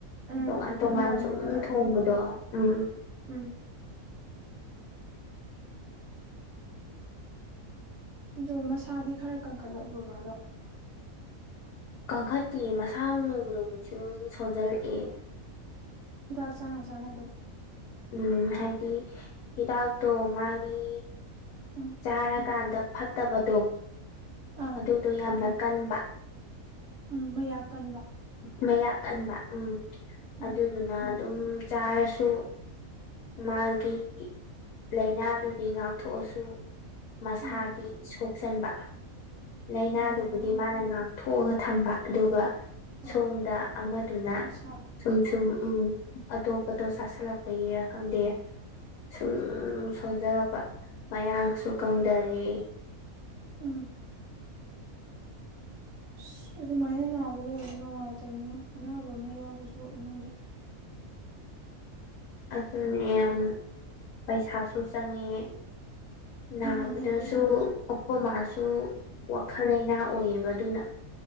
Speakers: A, on the right; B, on the left.
A: ꯎꯝ
B: ꯇꯣꯉꯥꯟ ꯇꯣꯉꯥꯟ
A: ꯃꯥꯅꯦ
B: ꯁꯨꯝ
A: ꯃꯌꯥꯝ
B: ꯊꯣꯡꯕꯗꯣ ꯎꯝ
A: ꯎꯝ ꯑꯗꯨ ꯃꯁꯥꯗꯤ ꯈꯔ ꯀꯟꯈꯠꯂꯛꯎ ꯕꯕꯥꯗꯣ
B: ꯀꯟꯈꯠꯇꯤꯌꯦ ꯃꯁꯥꯗꯣ ꯅꯣꯡꯃ ꯅꯣꯡꯃꯒꯤ ꯁꯨꯝ ꯁꯣꯟꯖꯜꯂꯛꯑꯦ
A: ꯍꯤꯗꯥꯛ ꯆꯥꯅ ꯆꯥꯅ ꯑꯗꯨꯝ
B: ꯎꯝ ꯍꯥꯏꯗꯤ ꯍꯤꯗꯥꯛꯇꯣ ꯃꯥꯒꯤ
A: ꯎꯝ
B: ꯆꯥꯔꯀꯥꯟꯗ ꯐꯠꯇꯕꯗꯣ
A: ꯑꯥ
B: ꯑꯗꯨꯗꯣ ꯌꯥꯝꯅ ꯀꯟꯕ
A: ꯎꯝ ꯃꯌꯥꯛ ꯀꯟꯕ
B: ꯃꯌꯥꯛ ꯀꯟꯕ ꯎꯝ
A: ꯎꯝ
B: ꯑꯗꯨꯗꯨꯅ ꯑꯗꯨꯝ ꯆꯥꯔꯁꯨ ꯃꯥꯒꯤ ꯂꯥꯏꯅꯥꯗꯨꯗꯤ ꯉꯥꯛꯊꯣꯛꯑꯁꯨ ꯃꯁꯥꯗꯤ
A: ꯎꯝ
B: ꯁꯣꯛ ꯆꯟꯕ ꯂꯥꯏꯅꯥꯗꯨꯕꯨꯗꯤ
A: ꯑꯣ
B: ꯃꯥꯅ ꯉꯥꯛꯊꯣꯛꯑꯒ ꯊꯝꯕ ꯑꯗꯨꯒ
A: ꯍꯣꯏ
B: ꯁꯣꯝꯗ ꯑꯃꯗꯨꯅ
A: ꯃꯁꯥ
B: ꯁꯨꯝ ꯁꯨꯝ ꯎꯝ ꯑꯇꯣꯞꯄꯇꯣ ꯆꯥꯁꯤꯜꯂꯛꯄꯒꯤꯔ ꯈꯪꯗꯦ ꯁꯨꯝ ꯁꯣꯟꯖꯂꯛꯄ ꯃꯌꯥꯡꯁꯨ ꯀꯪꯗꯔꯩ
A: ꯎꯝ ꯑꯁ ꯑꯗꯨꯃꯥꯏꯅ ꯅꯥꯕ ꯂꯩꯕ ꯅꯨꯡꯉꯥꯏꯇꯕꯅꯤꯉꯣ ꯑꯅꯥꯕ ꯑꯃ ꯌꯥꯎꯕꯁꯨ ꯏꯃꯨꯡꯗ
B: ꯑꯗꯨꯅꯦ ꯌꯥꯝ ꯄꯩꯁꯥꯁꯨ ꯆꯪꯉꯤ ꯅꯥꯕꯥꯗꯁꯨ
A: ꯃꯥꯅꯦ ꯄꯩꯁꯥꯁꯨ
B: ꯑꯣꯄꯣꯃꯥꯁ ꯁꯨ ꯋꯥꯈꯜ ꯂꯩꯥꯏꯅꯥ ꯑꯣꯏꯌꯦꯕ ꯑꯗꯨꯅ